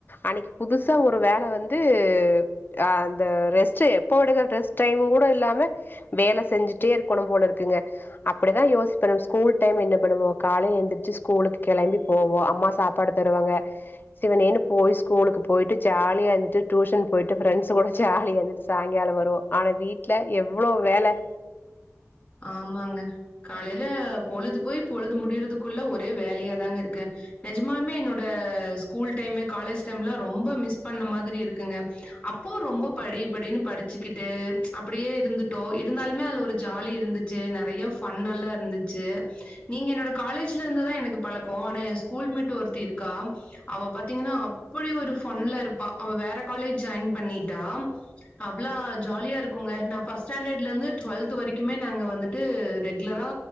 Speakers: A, on the left; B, on the left.
A: அன்னைக்கி புதுசா ஒரு வேல வந்து அ அந்த ரெஸ்ட்டு எப்போ எடுகற ரெஸ்ட் டைம் கூட இல்லாம வேல செஞ்சுட்டே இருக்கணு போல இருக்குங்க அப்டிதா யோசிப்ப நம் ஸ்கூல் டைம் என்ன பண்ணுவோ காலைல எந்திரிச்சி ஸ்கூலுக்கு கெளம்பி போவோ அம்மா சாப்பாடு தருவாங்க சிவனேனு போய் ஸ்கூலுக்கு போயிட்டு ஜாலியா இருந்துட்டு டியூஷன் போயிட்டு ஃப்ரண்ட்ஸ் கூட ஜாலியா இருந்துச்சு சாய்ங்காலோ வருவோ ஆனா வீட்ல எவ்ளோ வேல
B: ஆமாங்க காலையில பொழுது போய் பொழுது முடியறதுக்குள்ள ஒரே வேலையாதாங்க இருக்கு நெஜமாலுமே என்னோட ஸ்கூல் டைமு காலேஜ் டைம்லா ரொம்ப மிஸ் பண்ண மாதிரி இருக்குங்க அப்போ ரொம்ப படி படின்னு படிச்சுக்கிட்டு அப்டியே இருந்துட்டோ இருந்தாலுமே அதுல ஒரு ஜாலி இ ருந்துச்சு நெறைய ஃபன் எல்லா இருந்துச்சு நீங்க என்னோட காலேஜ்ல இருந்துதா எனக்கு பழக்கோ ஆனா ஏன் ஸ் கூல் மெட்டு ஒருத்தி இருக்கா அவ பாத்தீங்கன்னா அப்டி ஒரு ஃபன்ல இருப்பா அவ வேற காலேஜ் ஜாயின் பண்ணிட்டா அவ்ளா ஜாலியா இருக்குங்க நா ஃபஸ்ட் ஸாண்டர்ட்ல இருந்து டுவல்த் வரைக் க்குமே நாங்க வந்துட்டு ரெகுலரா